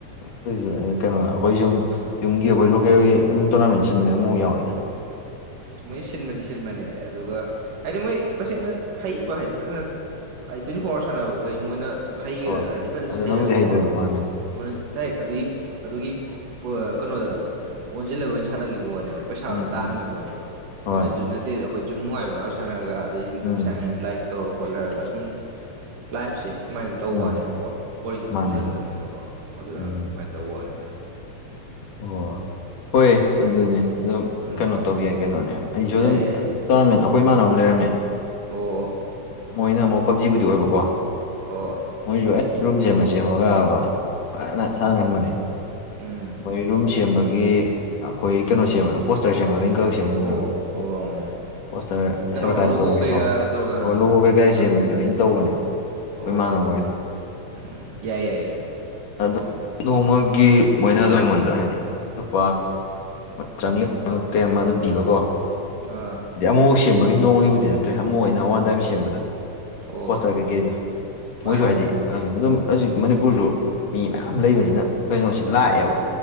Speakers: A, on the left; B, on the right.
A: ꯑꯗꯨꯏꯁꯨ ꯀꯩꯅꯣ ꯑꯩꯈꯣꯏ ꯁꯨꯝ ꯌꯨꯝꯒꯤ ꯑꯩꯈꯣꯏ ꯂꯣꯀꯦꯜꯒꯤ ꯑꯗꯨꯝ ꯇꯣꯔꯅꯥꯃꯦꯟ ꯁꯤꯟꯕ ꯑꯃꯨꯛ ꯌꯥꯎꯋꯦꯅ
B: ꯁ ꯃꯣꯏ ꯁꯤꯟꯕꯗꯤ ꯁꯤꯟꯕꯅꯦ ꯑꯗꯨꯒ ꯍꯥꯏꯗꯤ ꯃꯣꯏ ꯇꯁꯦꯡꯅ ꯍꯩꯕ ꯍꯥꯏꯗꯤ ꯐꯖꯅ ꯇ꯭ꯋꯦꯟꯇꯤ ꯐꯣꯔ ꯑꯋꯥꯔꯁ ꯁꯥꯟꯅꯕꯈꯩ ꯃꯣꯏꯅ ꯍꯩꯌꯦ
A: ꯍꯣꯏ
B: ꯍꯥꯏꯗꯤ ꯐꯖ
A: ꯑꯗꯨꯅꯕꯨꯗꯤ
B: ꯍꯩꯔꯒꯀꯣ
A: ꯍꯩꯗꯣꯏꯕ ꯃꯥꯅꯦ
B: ꯃ ꯗꯥꯏꯔꯦꯛ ꯑꯗꯨꯒꯤ ꯑꯗꯨꯒꯤ ꯀꯩꯅꯣꯗ ꯑꯣꯟꯁꯤꯜꯂꯒ ꯑꯣꯏꯅ ꯁꯥꯟꯅꯈꯤꯕ ꯋꯥꯅꯦꯕ ꯄꯩꯁꯥ ꯑꯣꯏꯅ
A: ꯎꯝ
B: ꯇꯥꯍꯈꯤꯕꯣꯅꯦꯕ
A: ꯎꯝ
B: ꯑꯩꯈꯅ
A: ꯍꯣꯏ
B: ꯑꯗꯨꯁꯨꯠꯇꯦꯗ ꯑꯩꯈꯣꯏ ꯁꯨꯝ ꯅꯨꯡꯉꯥꯏꯕ ꯉꯥꯏꯥꯛ ꯁꯥꯟꯅꯔꯒ ꯑꯗꯩ ꯁꯨꯝ
A: ꯎꯝ
B: ꯑꯦꯁꯥꯏꯟꯃꯦꯟ ꯂꯥꯏꯔꯤꯛ ꯇꯧꯔ ꯈꯣꯠꯂꯔꯒ ꯁꯨꯝ ꯂꯥꯏꯐꯁꯦ ꯁꯨꯃꯥꯏꯅ ꯑꯗꯨ ꯇꯧꯕ
A: ꯎꯝ
B: ꯋꯥꯅꯦꯕꯀꯣ ꯕꯣꯔꯤꯡ ꯁꯨꯝ
A: ꯃꯥꯅꯦ
B: ꯆꯨꯗꯅꯕꯅꯦꯅꯀꯣ ꯑꯗꯨꯃꯥꯏ
A: ꯎꯝ
B: ꯇꯧ ꯋꯥꯅꯤꯗ
A: ꯑꯣ ꯍꯣꯏ ꯑꯗꯨꯅꯦ ꯑꯗꯨꯝ
B: ꯎꯝ
A: ꯀꯩꯅꯣ ꯇꯧ ꯌꯥꯏ ꯀꯩꯅꯣꯅꯦ ꯑꯩꯁꯨ
B: ꯌꯥꯏ
A: ꯑꯗꯨꯝ
B: ꯌꯥꯏ
A: ꯇꯣꯔꯅꯥꯃꯦꯟ ꯑꯩꯈꯣꯏ ꯏꯃꯥꯟꯅꯕ ꯑꯃ ꯂꯩꯔꯝꯃꯦ
B: ꯑꯣ
A: ꯃꯣꯏꯅ ꯑꯃꯨꯛ ꯄꯞꯖꯤꯕꯨꯗꯤ ꯑꯣꯏꯕꯀꯣ
B: ꯑꯣ
A: ꯃꯣꯏꯁꯨ ꯑꯦꯁ ꯆꯨꯝꯁꯦꯃ ꯁꯦꯝꯃꯒꯕ ꯐꯖꯅ ꯁꯥꯟꯅꯔꯝꯕꯅꯤ
B: ꯎꯝ
A: ꯃꯣꯏ ꯔꯨꯝ ꯁꯦꯝꯕꯒꯤ ꯑꯩꯈꯣꯏ ꯀꯩꯅꯣ ꯁꯦꯝꯕꯗꯣ ꯄꯣꯁꯇꯔ ꯁꯦꯝꯕꯗꯣ ꯑꯩꯅ ꯀꯛ ꯁꯦꯝꯃꯝꯃꯦꯕ
B: ꯑꯣ ꯑꯣ
A: ꯄꯣꯁꯇꯔ ꯑꯦꯗꯚꯔꯇꯥꯏꯁ
B: ꯀꯩꯅꯣ ꯂꯣꯒꯣ
A: ꯇꯧꯕꯒꯤꯀꯣ
B: ꯀꯩꯀꯥꯒ ꯇꯧꯔꯒ
A: ꯑꯣ ꯂꯨ ꯀꯩ ꯒꯥꯔꯤ
B: ꯑꯥ
A: ꯁꯦꯝꯕꯩꯗꯣ ꯑꯩꯅ ꯇꯧꯕꯅꯦꯕ
B: ꯑꯣ
A: ꯑꯩꯈꯣꯏ ꯃꯥꯥꯟꯅ ꯑꯣꯏꯗꯣ
B: ꯎꯝ ꯌꯥꯏ ꯌꯥꯏ ꯌꯥꯏ
A: ꯑꯗꯨ
B: ꯎꯝ
A: ꯅꯣꯡꯃꯒꯤ ꯃꯣꯏꯅ ꯑꯗꯨꯝ ꯑꯩꯉꯣꯟꯗ ꯍꯥꯏꯕꯗꯤ ꯂꯨꯄꯥ ꯆꯥꯝꯃꯔꯤ ꯀꯌꯥ ꯑꯃ ꯑꯗꯨꯝ ꯄꯤꯕꯀꯣ
B: ꯑꯥ
A: ꯍꯥꯏꯗꯤ ꯑꯃꯨꯥꯎ ꯁꯦꯝꯕꯒꯤ ꯅꯣꯡꯃꯒꯤꯕꯨꯗꯤ ꯅꯠꯇ꯭ꯔꯦ ꯑꯃꯨꯛ ꯑꯩꯅ ꯋꯥꯟ ꯇꯥꯏꯝ ꯁꯦꯝꯕꯗ
B: ꯑꯣ
A: <unintelligible>
B: ꯃꯥꯅꯦ
A: ꯃꯣꯏꯁꯨ ꯍꯥꯏꯗꯤ
B: ꯃꯥꯅꯦ
A: ꯑꯗꯨ ꯑꯗꯨꯝ ꯍꯧꯖꯤꯛ ꯃꯅꯤꯄꯨꯔꯁꯨ ꯃꯤ ꯃꯌꯥꯝ ꯂꯩꯕꯅꯤꯅ ꯀꯩꯅꯣꯁꯤ ꯂꯥꯛꯑꯦꯕ